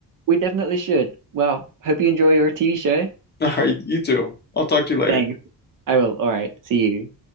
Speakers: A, on the right; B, on the left.
A: we definitely should. Well, hope you enjoy your TV show.
B: <laughs> All right, you too. I'll talk to you later.
A: Thanks. I will. All right. See you.